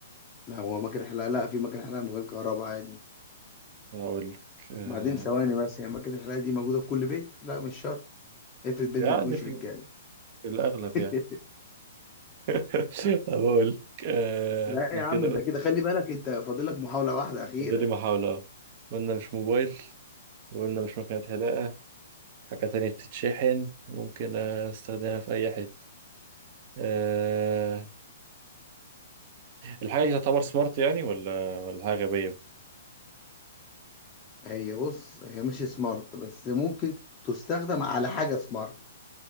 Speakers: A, on the left (about 25°); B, on the right (about 45°).
A: لا هو ماكينة حلاقة لا في ماكينة حلاقة من غير كهرباء عادي
B: اقول لك آه
A: بعدين ثواني بس هي ماكينة الحلاقة دي موجودة في كل بيت لا مش شرط افرض بيت
B: يعني
A: ما فيهوش
B: في,
A: رجالة
B: في الاغلب
A: <laughs>
B: يعني <laughs> بقول لك آه
A: لا
B: انا
A: يا
B: كده
A: عم انت
B: قلت
A: كده خلي بالك انت فاضلك محاولة واحدة أخيرة
B: فاضل لي محاولة أهو. قلنا مش موبايل وقلنا مش مكنة حلاقة حاجة تانية بتتشحن ممكن استخدمها في أي حتة أه... الحاجة دي تعتبر سمارت يعني ولا ولا حاجة غبية
A: هي بص هي مش سمارت بس ممكن تستخدم على حاجة سمارت